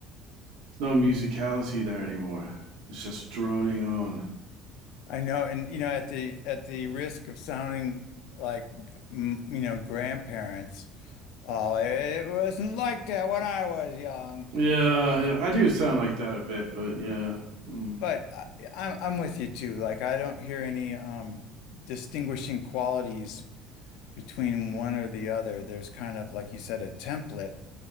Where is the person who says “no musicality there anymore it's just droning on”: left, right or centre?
Right